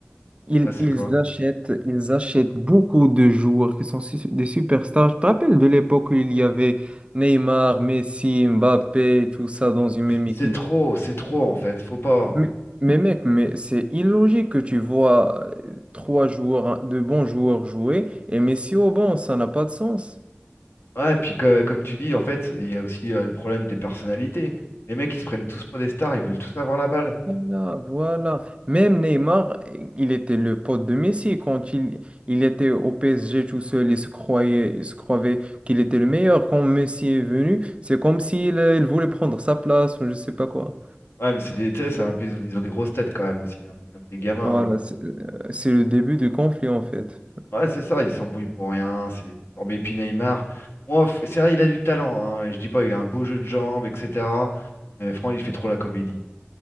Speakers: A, on the right (about 30°); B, on the left (about 80°).
A: Ils,
B: Ouais, c'est
A: ils
B: quoi?
A: achètent, ils achètent beaucoup de joueurs qui sont su- des superstars. Je te rappelle de l'époque où il y avait Neymar, Messi, Mbappé, tout ça dans une même équipe.
B: C'est trop, c'est trop en fait. Faut pas.
A: Mais, mais mec, mais c'est illogique que tu vois euh, trois joueurs, de bons joueurs jouer et Messi au banc, ça n'a pas de sens.
B: Ouais, puis que- comme tu dis, en fait, il y a aussi euh, le problème des personnalités. Les mecs, ils se prennent tous pour des stars, ils veulent tous avoir la balle.
A: Voilà, voilà. Même Neymar, il était le pote de Messi quand il, il était au PSG tout seul, il se croyait, il se croyait qu'il était le meilleur. Quand Messi est venu, c'est comme s'il euh, il voulait prendre sa place ou je sais pas quoi.
B: Ouais, mais c'est des, tu sais, c'est un peu- ils ont ils ont des grosses têtes quand même aussi. hein. C'est comme des gamins.
A: Voilà, c'est
B: hein.
A: euh, c'est le début du conflit en fait.
B: Ouais, c'est ça, il s'embrouille pour rien, c'est les histoires. Mais puis Neymar, moi, f- c'est vrai, il a du talent, hein, et je dis pas, il a un beau jeu de jambes, etc. Mais franchement, il fait trop la comédie.